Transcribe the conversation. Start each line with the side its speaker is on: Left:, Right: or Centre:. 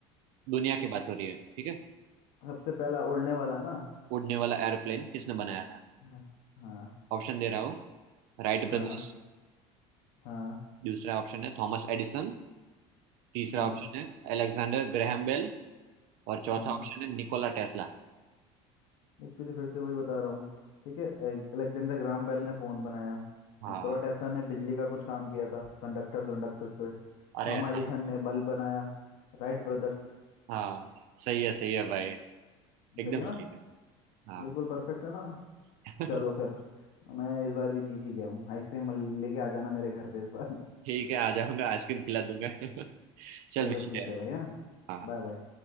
Right: दुनिया की बात हो रही है ठीक है
Left: सबसे पहला उड़ने वाला ना
Right: उड़ने वाला एरोप्लेन किसने बनाया था
Left: हाँ हाँ
Right: ऑप्शन दे रहा हूँ Wright brothers
Left: हाँ हाँ
Right: दूसरा ऑप्शन है थॉमस एडिसन तीसरा
Left: हाँ
Right: ऑप्शन है अलेक्जेंडर ग्रैहम बेल और चौथा
Left: हाँ
Right: ऑप्शन है निकोला टेस्ला
Left: देख तुझे फिर से वही बता रहा हूँ ठीक है ए- अलेक्जेंडर ग्राम बेल ने फोन बनाया
Right: हाँ
Left: निकोला टेस्ला ने बिजली का कुछ काम किया था कंडक्टर्स कंडक्टर्स पे
Right: अरे
Left: थॉमस
Right: हाँ
Left: एडिसन ने बल्ब बनाया Wright brothers
Right: हाँ सही है सही है भाई एकदम
Left: सही है
Right: सही
Left: ना
Right: है हाँ
Left: बिल्कुल परफेक्ट है ना
Right: <laughs>
Left: चलो फिर मैं इस बार भी जीत ही गया हूँ आइसक्रीम लेके आ जाना मेरे घर पे इस बार
Right: ठीक है आ जाऊंगा आइसक्रीम खिला दूंगा <laughs>
Left: <laughs>
Right: चल
Left: चलो
Right: मिलते
Left: ठीक है
Right: हैं
Left: भाई हाँ
Right: हाँ
Left: Bye bye